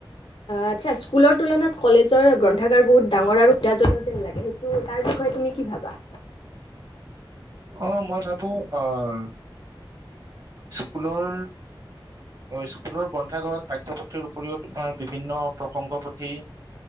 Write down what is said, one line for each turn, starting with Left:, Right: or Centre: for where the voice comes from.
Left: আচ্ছা স্কুলৰ তুলনাত কলেজৰ গ্ৰন্থাগাৰ বহুত ডাঙৰ আৰু কাজন যেন লাগে সেইটো তাৰ বিষয়ে তুমি কি ভাবা
Right: অ মই ভাবো আমম স্কুলৰ স্কুলৰ গ্ৰন্থাগাৰত পাঠ্যপুথিৰ উপৰিও তোমাৰ বিভিন্ন প্ৰসংগ পুথি